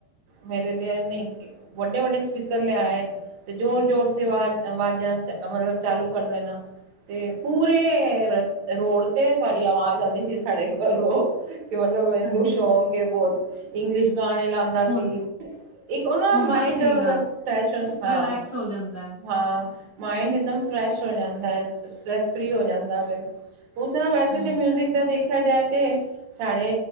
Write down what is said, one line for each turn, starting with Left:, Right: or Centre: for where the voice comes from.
Right: ਮੇਰੇ ਦੈਅਰ ਨਹੀਂ ਵੱਡੇ -ਵੱਡੇ ਸਪੀਕਰ ਲਿਆਏ ਤੇ ਜ਼ੋਰ- ਜ਼ੋਰ ਆਵਾਜ਼- ਆਵਾਜ਼ਾਂ ਚ ਮਤਲਬ ਚਾਲੂ ਕਰ ਦੇਣਾ। ਤੇ ਪੂਰੇ ਰੋਡ ਤੇ, ਤੁਹਾਡੀ ਆਵਾਜ਼ ਆਉਂਦੀ ਸੀ, ਸਾਡੇ ਘਰੋਂ, ਕਿ ਮਤਲਬ, ਇਹਨੂੰ
Left: ਹਾਂਜੀ
Right: ਸ਼ੌਕ ਕੇ ਬਹੁਤ, ਇੰਗਲਿਸ਼ ਗਾਣੇ ਲਾਉਂਦਾ
Left: ਹੁੰ
Right: ਸੀ। ਇੱਕ ਉਹ ਦਾ,
Left: ਹੁੰਦਾ
Right: ਮਾਈੰਡ
Left: ਸੀਗਾ
Right: ਫਰੈਸ਼ ਹਾਂ
Left: ਰਿਲੈਕਸ ਹੋ ਜਾਂਦਾ ਹੈ
Right: -ਹਾਂ। ਮਾਇੰਡ, ਇੱਕਦਮ ਫਰੈਸ਼ ਹੋ ਜਾਂਦਾ, ਹੈ ਸਟਰੈਸ ਫਰੀ ਹੋ ਜਾਂਦਾ ਵੇ ਉਸ ਨਾਲ, ਵੈਸੇ
Left: ਹਾਂਜੀ
Right: ਤਾਂ ਮਿਊਜਿਕ ਦਾ ਦੇਖਿਆ, ਜਾਏ ਤੇ, ਸਾਡੇ